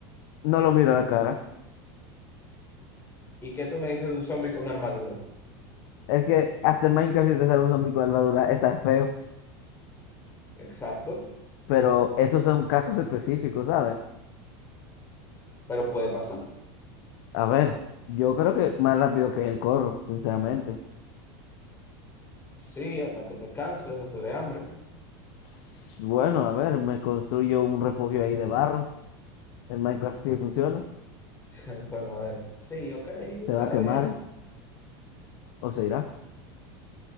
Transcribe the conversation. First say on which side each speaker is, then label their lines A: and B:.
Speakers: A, on the left; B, on the left.
A: No lo miro a la cara.
B: ¿Y qué tú me dices de un zombie con armadura?
A: Es que hasta en Minecraft si te sale un zombie con armadura, estás feo.
B: Exacto,
A: Pero esos son casos específicos, ¿sabes?
B: pero puede pasar.
A: A ver, yo creo que más rápido que él corro, sinceramente.
B: Sí, hasta que te canses o te dé hambre.
A: Ps, Bueno, a ver, me construyo un refugio ahí de barro. El Minecraft sí funciona,
B: Eh, Bueno, a ver. Sí, ok, está
A: se va a quemar
B: bien.
A: o se irá.